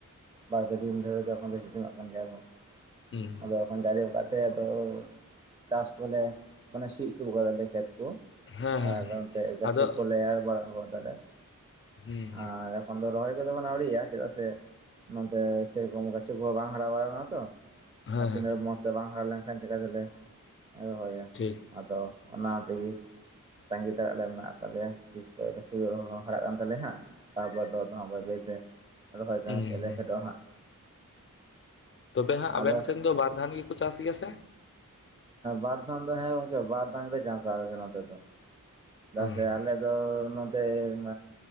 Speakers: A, on the right; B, on the left.
A: ᱵᱟᱨᱯᱮ ᱫᱤᱱ ᱫᱷᱚᱨᱮ ᱫᱚ ᱮᱠᱷᱚᱱ ᱫᱚ ᱥᱤᱛᱩᱝ ᱟᱜ ᱠᱟᱱ ᱜᱮᱭᱟ ᱟᱨᱦᱚᱸ
B: ᱦᱩᱸ
A: ᱟᱫᱚ ᱮᱠᱷᱚᱱ ᱡᱟᱲᱤ ᱟᱠᱟᱫ ᱛᱮ ᱟᱫᱚ ᱪᱟᱥ ᱠᱚᱞᱮ ᱢᱟᱱᱮ ᱥᱤ ᱚᱪᱚ ᱟᱠᱟ ᱫᱟᱞᱮ ᱠᱷᱮᱛ ᱠᱚ
B: ᱦᱮᱸ ᱦᱮᱸ
A: ᱟᱨ ᱚᱱᱛᱮ ᱜᱟᱹᱪᱷᱤ
B: ᱟᱫᱚ
A: ᱠᱚᱞᱮ ᱮᱨ ᱵᱟᱲᱟ ᱟᱠᱟ ᱫᱟᱞᱮ
B: ᱦᱩᱸ
A: ᱟᱨ ᱮᱠᱷᱚᱱ ᱫᱚ ᱨᱚᱦᱚᱭ ᱠᱚᱫᱚ ᱵᱚᱱ ᱟᱹᱣᱨᱤᱭᱟᱜ-ᱟ ᱪᱮᱫᱟᱜ ᱥᱮ ᱱᱚᱱᱛᱮ ᱥᱮᱨᱚᱠᱚᱢ ᱜᱟᱪᱷᱩ ᱠᱚᱦᱚᱸ ᱵᱟᱝ ᱦᱟᱨᱟ ᱵᱟᱲᱟ ᱟᱠᱟᱱᱟ ᱛᱚ
B: ᱦᱮᱸ
A: ᱟᱨ ᱛᱤᱱᱟᱹᱜ
B: ᱦᱮᱸ
A: ᱢᱚᱡᱽ ᱛᱮ ᱵᱟᱝ ᱦᱟᱨᱟ ᱞᱮᱱᱠᱷᱟᱱ ᱪᱮᱠᱟ ᱛᱮᱞᱮ ᱨᱚᱦᱚᱭᱟ
B: ᱴᱷᱤᱠ
A: ᱟᱫᱚ ᱚᱱᱟ ᱛᱮᱜᱮ ᱛᱟᱺᱜᱤ ᱛᱟᱲᱟᱜ ᱞᱮ ᱢᱮᱱᱟᱜ ᱟᱠᱟᱫ ᱞᱮᱭᱟ ᱛᱤᱥ ᱠᱚ ᱜᱟᱪᱷᱤ ᱦᱳᱲᱳ ᱦᱚᱸ ᱦᱟᱨᱟᱜ ᱠᱟᱱ ᱛᱟᱞᱮᱭᱟ ᱦᱟᱸᱜ ᱛᱟᱨᱯᱚᱨ ᱫᱚ ᱛᱮᱦᱚᱸ ᱵᱟᱹᱭ ᱵᱟᱹᱭ ᱛᱮ ᱨᱚᱦᱚᱭ ᱠᱟᱹᱢᱤ
B: ᱦᱩᱸ
A: ᱥᱮᱫ ᱞᱮ ᱯᱷᱮᱰᱚᱜᱼᱟ ᱦᱟᱸᱜ
B: ᱛᱚᱵᱮ ᱦᱟᱸᱜ
A: ᱟᱫᱚ
B: ᱟᱵᱮᱱ ᱥᱮᱱ ᱫᱚ ᱵᱟᱨ ᱫᱷᱟᱣ ᱜᱮᱠᱚ ᱪᱟᱥ ᱜᱮᱭᱟ ᱥᱮ
A: ᱵᱟᱨ ᱫᱷᱟᱣ ᱫᱚ ᱦᱮᱸ ᱜᱚᱝᱠᱮ ᱵᱟᱨ ᱫᱷᱟᱱ ᱞᱮ ᱪᱟᱥᱟ ᱟᱞᱮ ᱥᱮᱱ ᱱᱚᱛᱮ ᱫᱚ ᱪᱮᱫᱟᱜ
B: ᱦᱮᱸ
A: ᱥᱮ ᱟᱞᱮ ᱫᱚ ᱱᱚᱛᱮ